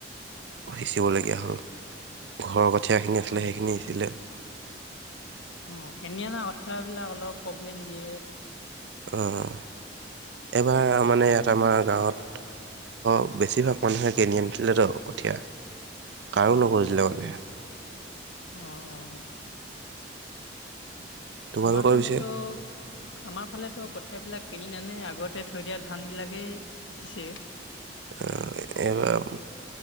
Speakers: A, on the right; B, on the left.
A: সিঁচিবলগীয়া হ'ল। ঘৰৰ কঠীয়াখিনি আছিলে
B: অ',
A: সেইখিনি সিঁচিলে
B: অ', কিনিঅনা কঠিয়া বিলাক অলপ প্ৰব্লেম দিয়ে।
A: অ', এইবাৰ মানে ইয়াত আমাৰ গাঁৱত অ', বেছিভাগ মানুহে কিনি আনিছিলে ত কঠিয়া। কাৰো
B: অ
A: নগজিলে মানে।
B: অ', অ'।
A: তোমালোকৰ
B: আমাৰ ফালেতো,
A: পিছে
B: আমাৰ ফালেতো কঠিয়াবিলাক কিনি নানে আগতে থৈ দিয়া ধানবিলাকেই সিঁচে।
A: অহ এবাৰ